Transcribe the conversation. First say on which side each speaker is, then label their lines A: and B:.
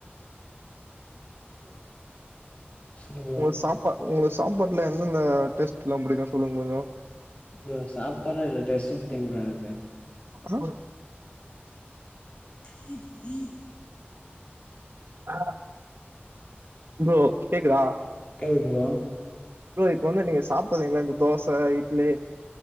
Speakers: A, on the left (about 30°); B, on the right (about 55°).
A: சொல்லு ப்ரோ
B: உங்களுக்கு சாப்பா உங்களுக்கு சாப்பாட்ல என்னெந்த டேஸ்ட் எல்லா பிடிக்கு சொல்லுங்க கொஞ்சு
A: ப்ரோ சாப்படுற இல்ல டெஸ்ட்டும் பிடிக்கும் ப்ரோ எனக்கு
B: அப்பனா
A: <inaudible> <inaudible>
B: ஆ ப்புரோ கேக்குதா
A: கேக்குது ப்புரோ
B: ப்புரோ இப்ப வந்து நீங்க சாப்பரீதீங்களா இந்த தோச இட்லி